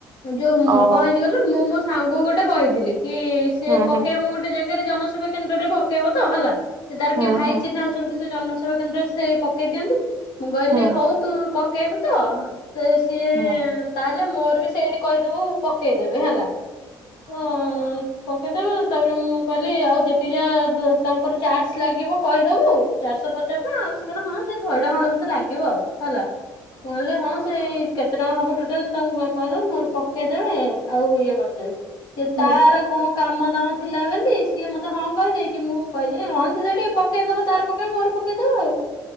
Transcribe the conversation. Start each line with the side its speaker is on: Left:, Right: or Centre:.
Left: ଯୋଉ ମୁଁ
Right: ଓହୋ
Left: କଣ ହେଇଛି କହିଲା। ମୁଁ ମୋ ସାଙ୍ଗକୁ ଗୋଟେ କହିଥିଲି କି, ସେ
Right: ହୁଁ
Left: ପକେଇବ
Right: ହୁଁ
Left: ଗୋଟେ ଯାଇ ଜନସେବା କେନ୍ଦ୍ରରେ ପକେଇବ ତ ହେଲା, ସେ ତାର
Right: ହୁଁ
Left: କିଏ ଭାଇ
Right: ହୁଁ
Left: ଚିହ୍ନା ଅଛନ୍ତି ସେ ଜନ ତୁ କେମତି ସେ ପକେଇ ଦିଅନ୍ତି। ମୁଁ କହିଲି
Right: ହୁଁ
Left: ହଉ ତୁ ପକେଇବୁ ତ ତ ସିଏ
Right: ହୁଁ
Left: ତାହେଲେ, ମୋର ବି ସେଇଠି କହିଦବୁ ପକେଇଦେବେ ହେଲା। ହଁ। ପକେଇଦବୁ ତାପରେ ମୁଁ କଲି ଆଉ ଯେତିକ ଯା ତାଙ୍କର ଚାର୍ଜ ଲାଗିବ କହିଦେବୁ ଚାରିଶହ ପଚାଶ। ପଚାଶ ଟଙ୍କା ଆଉ ସେ କ ହଁ ସେ ଶହେ ଟଙ୍କା ଖଣ୍ଡେ ବଧେ ଲାଗିବ ଆଉ ହେଲା, ମୁଁ କହିଲି ହଁ ସେଇ କେତେ ଟଙ୍କା ହବ ଟୋଟାଲ ତାଙ୍କୁ କହିଦବ। ମୋର ପକେଇଦେବେ ଆଉ ଇଏ କରିଦେବେ। ସେ
Right: ହୁଁ
Left: ତାର କୋଉ କାମ ଦାମ ଥିଲା ବୋଲି ସିଏ ମତେ ହଁ କହିଦେଇଛି। ମୁଁ କଛିି ହଁ ସିଏ ସେଠି ପକେଇଦବ ତାର ପକେଇ ମୋର ପକେଇଦବ ଆଉ